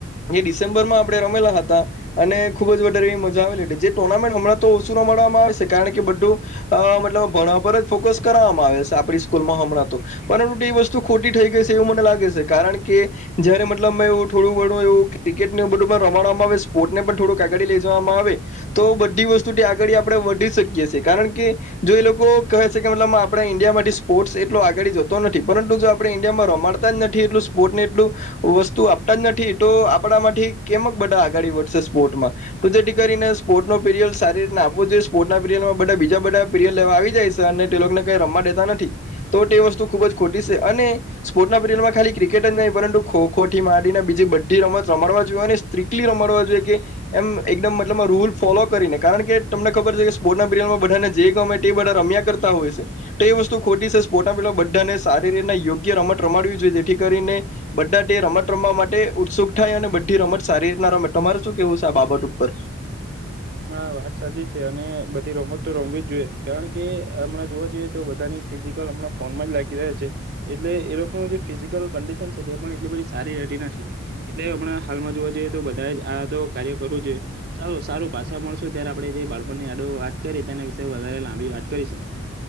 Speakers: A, on the left; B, on the right.
A: એ ડિસેમ્બરમાં આપણેે રમેલા હતાં અને ખૂબ જ વધારે એવી મજા આવેલી જે ટુર્નામેન્ટ હમણાં તો ઓછું રમ રમારશે કારણ કે બધું અ મતલબ ભણવા પર જ ફોકસ કરાવામાં આવે છે આપરી સ્કૂલમાં હમણાં તો. પરંતુ તે વસ્તુ ખોટી થઈ ગઈ છે એવું મને લાગે છે કારણ કે જયારે મતલબમાં એવું થોડું ઘણું એવું ક્રિકેટ એ બધું પણ રમાડવામાં આવે સ્પોર્ટસને પણ થોડું ક આગાડી લઈ જવામાં આવે તો બધી વસ્તુથી આગળી આપરે વધી શકીએ છે કારણ કે જો એલોકો કહે છે કે મતલબ આપ આપરા ઇન્ડિયામાંથી સ્પોર્ટ્સ એટલો આગળી જતો નથી પરંતુ જો આપણે ઇન્ડિયામાં રમાડતાં જ નથી એટલું સ્પોર્ટને એટલું વસ્તુ આપતાં જ નથી તો આપડા માંથી કેમક બધાં આગાળી વધશે સ્પોર્ટમાં તો જેથી કરીને સ્પોર્ટ્નો પીરિયલ સારી રીતનાં આપવો જોઈએ સ્પોર્ટ્નાં પીરિયલમાં બધાં બીજા બ પીરિયલ લેવા આવી જાય છે અને તે લોકને કઈ રમવાં દેતા નથી તો તે વસ્તુ ખૂબ જ ખોટી છે અને સ્પોર્ટના પીરિયલમાં ખાલી ક્રિકેટ જ નય પરંતુ ખોખોથી માંડીને બીજી બધી રમત રમડવા જોએને સ્ત્રીકલી રમડવા જોઈએ કે એમ એકદમ મતલબમાં રૂલ ફોલો કરીને કારણ કે તમને ખબર છેકે સ્પોર્ટનાં પીરયલમાં બધાને જે ગમે તે બધાં રમ્યાં કરતા હોય છે. તે વસ્તુ ખોટી છે સ્પોર્ટના પીરિયલ બધાંને સારી રીતનાં યોગ્ય રમત રમાડવી જોઈએ જેથી કરીને બધાં તે રમત રમવા માટે ઉત્સુક થાય અને બધી રમત સારી રીતનાં રમે, તમારે શું કેવું છે આ બાબત ઉપર?
B: <inaudible> હા, વાત સાચી છે અને બધી રમત તો રમવી જ જોઈએ કારણ કે હમણાં જોવા જઈએ તો બધાંની ફિઝિકલ અમણાં ફોનમાં જ લાગી રહે છે. એટલે એ લોકનું જે ફિઝિકલ કન્ડીશન છે તે પણ એટલી બધી સારી રેહતી નથી એટલે હમણાં હાલ તેમાં જોવા જઈએ તો બધાયજ આ તો કાર્ય કરવું જોઈએ ચાલો સારું પાસા મળશું ત્યારે આપરે જે બાળપણની યાદો વાત કરી તેના વિશે વધારે લાંબી વાત કરીશું.